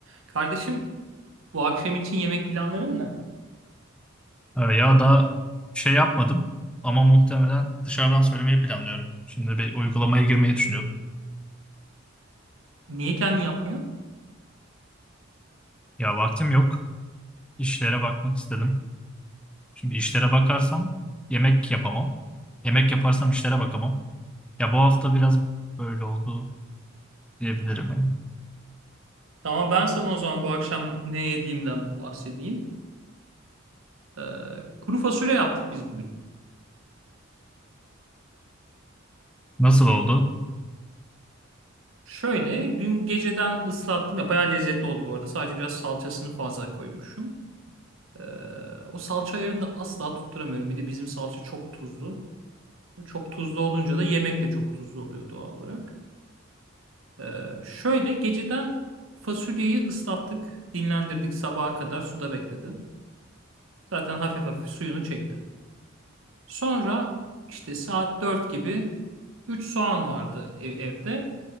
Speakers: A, on the right; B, in the centre.
A: Kardeşim bu akşam için yemek planların ne?
B: Ee, Ya da şey yapmadım ama muhtemelen dışarıdan söylemeyi planlıyorum. Şimdi bir uygulamaya girmeyi düşünüyordum.
A: Niye kendin yapmıyor?
B: Ya vaktim yok. İşlere bakmak istedim. Şimdi işlere bakarsam yemek yapamam. Yemek yaparsam işlere bakamam. Ya bu hafta biraz böyle oldu diyebilirim.
A: Tamam ben sana o zaman bu akşam ne yediğimden bahsedeyim. Ee, kuru fasulye yaptık biz bugün.
B: Nasıl oldu?
A: Şöyle dün geceden ıslattım ya bayağı lezzetli oldu bu arada. Sadece biraz salçasını fazla koymuşum. Ee, o salça ayarını da asla tutturamıyorum. Bir de bizim salça çok tuzlu. Çok tuzlu olunca da yemek de çok tuzlu oluyor doğal olarak. Ee, şöyle geceden fasulyeyi ıslattık. Dinlendirdik sabaha kadar suda bekledi. Zaten hafif hafif suyunu çekti. Sonra işte saat 4 gibi 3 soğan vardı ev- evde.